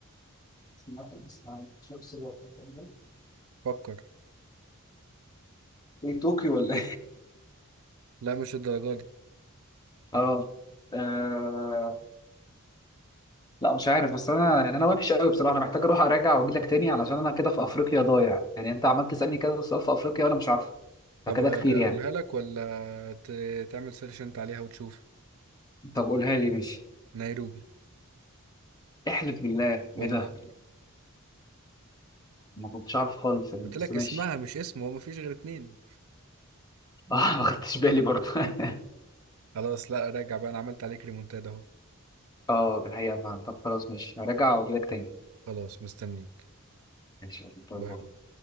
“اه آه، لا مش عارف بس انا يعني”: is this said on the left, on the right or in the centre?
Left